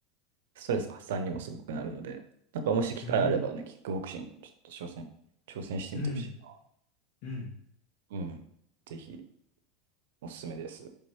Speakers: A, on the right; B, on the left.
A: ストレス発散にもすごくなるので、なんかもし機会あればね、
B: うん。
A: キックボクシングちょっと挑戦、挑戦してみてほしいな。
B: うん。うん。
A: うん。ぜひ、おすすめです。